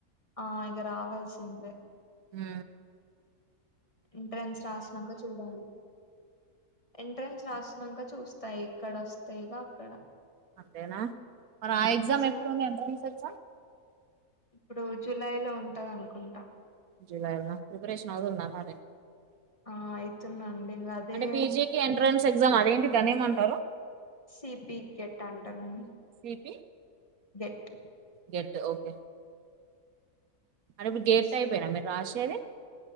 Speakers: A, on the left; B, on the right.
A: ఆ ఇగ రావాల్సిందే
B: మ్
A: ఎంట్రెన్స్ రాసినాక చూడాలి ఎంట్రెన్స్ రాసినక చూస్తా ఎక్కడ వస్తె ఇగ అక్కడ
B: అంతేనా మరి ఆ
A: మాక్సిమం
B: ఎగ్జామ్ ఎప్పుడుంది ఎంట్రన్స్ ఎగ్జామ్
A: ఇప్పుడు జూలై లో ఉంటది అనుకుంటా
B: జులై ల్న ప్రిపరేషన్ అవుతుంద మారి
A: ఆ అయితున్న అండి గదే
B: అంటే పీజీకి ఎంట్రన్స్ ఎగ్జామ్ అదేంటి దాన్ని ఏమంటారు
A: సిబి గెట్ అంటరండి
B: పి
A: గెట్
B: గెట్ ఓకే అంటే ఇప్పుడు గెట్
A: సి
B: టైపెన మీర్ రాషేది